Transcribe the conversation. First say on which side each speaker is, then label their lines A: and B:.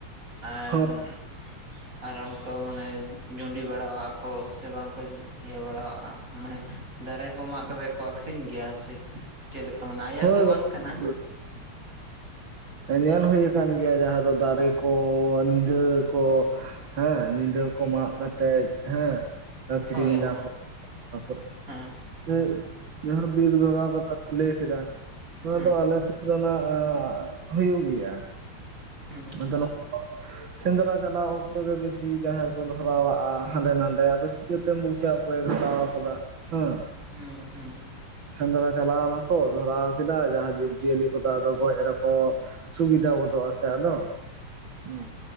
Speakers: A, on the right (about 35°); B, on the right (about 60°).
A: ᱟᱨᱻᱦᱚᱸ
B: ᱦᱳᱭ
A: ᱟᱨᱚ ᱠᱚ ᱢᱟᱱᱮ ᱡᱩᱸᱰᱤ ᱵᱟᱲᱟᱣᱟᱜ ᱠᱚ ᱥᱮ ᱵᱟᱝᱠᱚ ᱤᱭᱟᱹ ᱵᱟᱲᱟᱣᱟᱜᱼᱟ? ᱢᱟᱱᱮᱦ ᱫᱟᱨᱮ ᱠᱚ ᱢᱟᱜ ᱠᱟᱛᱮ ᱠᱚ ᱟᱹᱠᱷᱨᱤᱧ ᱜᱮᱭᱟ ᱥᱮ? ᱪᱮᱫ ᱞᱮᱠᱟ ᱢᱟᱱᱮ ᱟᱭᱟᱜ
B: ᱦᱳᱭ
A: ᱫᱚ
B: ᱜᱚᱝ
A: ᱵᱟᱝ ᱠᱟᱱᱟ
B: <unintelligible>
A: <inaudible>
B: ᱧᱮᱞ ᱦᱩᱭ ᱟᱠᱟᱱ ᱜᱮᱭᱟ ᱡᱟᱦᱟᱸ ᱫᱚ ᱫᱟᱨᱮ ᱠᱚ ᱧᱤᱫᱟᱹ ᱠᱚ ᱦᱮᱸ ᱧᱤᱫᱟᱹ ᱠᱚ ᱢᱟᱜ ᱠᱟᱛᱮᱡ ᱦᱮᱸ ᱟᱹᱠᱷᱨᱤᱧ
A: ᱦᱳᱭ
B: ᱮᱫᱟ
A: ᱦᱳᱭ
B: ᱠᱚ <unintelligible> ᱛᱟᱯᱚᱨᱮᱫ
A: ᱦᱮᱸ
B: ᱦᱮᱸᱜ ᱡᱟᱦᱟᱸ ᱨᱮ ᱵᱤᱞ ᱠᱚ ᱫᱷᱚᱨᱟᱣ ᱠᱟᱛᱷᱟ ᱯᱮ ᱞᱟᱹᱭ ᱠᱮᱫᱟ ᱱᱚᱣᱟ
A: ᱦᱮᱸ
B: ᱫᱚ ᱟᱞᱮ ᱥᱮᱫ ᱫᱚ ᱱᱷᱟᱸᱜ ᱟᱸ ᱦᱩᱭᱩᱜ ᱜᱮᱭᱟ,
A: ᱦᱩᱸ
B: ᱟᱫᱚ ᱱᱚᱝ
A: <inaudible>
B: ᱥᱮᱸᱫᱽᱨᱟ ᱪᱟᱞᱟᱣ ᱚᱠᱛᱚ ᱜᱮ ᱵᱮᱥᱤ ᱡᱟᱦᱟᱸᱭ ᱠᱚ ᱫᱷᱚᱨᱟᱣᱟᱜᱼᱟ, ᱦᱟᱸᱰᱮ ᱱᱟᱸᱰᱮ ᱟᱫᱚ ᱪᱤᱠᱟᱹ- ᱛᱮᱢ ᱵᱩᱡᱽᱼᱟ ᱚᱠᱚᱭᱮ ᱫᱷᱚᱨᱟᱣ ᱟᱠᱟᱫᱟ ᱦᱮᱸ?
A: ᱦᱩᱸ ᱦᱩᱸ,
B: ᱥᱮᱸᱫᱽᱨᱟ ᱪᱟᱞᱟᱣᱮᱱᱟ ᱠᱚ ᱫᱷᱚᱨᱟᱣ ᱠᱮᱫᱟᱭ ᱡᱟᱦᱟᱸ ᱡᱤᱵᱽ ᱡᱤᱭᱟᱹᱞᱤ ᱠᱚᱫᱚ ᱟᱫᱚ ᱜᱚᱡ ᱨᱮᱠᱚ ᱥᱩᱵᱤᱫᱟ ᱜᱚᱫᱚᱜ ᱟᱥ- ᱛᱮ ᱟᱫᱚ! ᱦᱩᱸ,